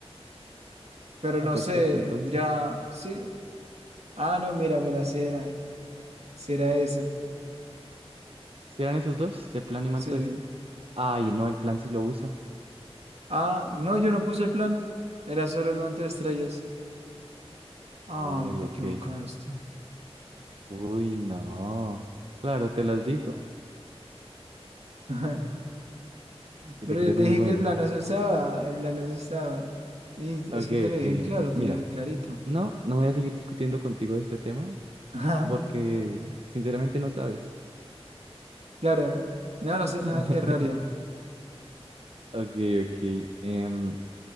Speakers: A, on the right; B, on the right.
A: Pero
B: Ah,
A: no
B: perfecto,
A: sé,
B: entonces.
A: ya, sí. Ah, no, mira, mira, si era, si era eso.
B: ¿Si eran esos dos? ¿De plan y manto
A: Sí.
B: de... este? Ay, no, el plan sí lo usa.
A: Ah, no, yo no puse el plan. Era solo el manto de estrellas. Ay,
B: Uy,
A: te
B: ok.
A: equivocaste.
B: Uy, no. Claro, te las digo
A: <laughs>
B: y
A: Pero
B: te crees
A: yo te
B: muy
A: dije
B: bueno.
A: que el plan no se usaba, el plan no se usaba. Y
B: Ok,
A: es que te
B: ok.
A: lo dije claro,
B: M- Mira,
A: te lo dije clarito.
B: no, no voy a seguir discutiendo contigo de este tema
A: <laughs> Ajá,
B: porque sinceramente no sabes.
A: Claro. No, no sé
B: <laughs>
A: nada del terrario.
B: Ok, ok. Em,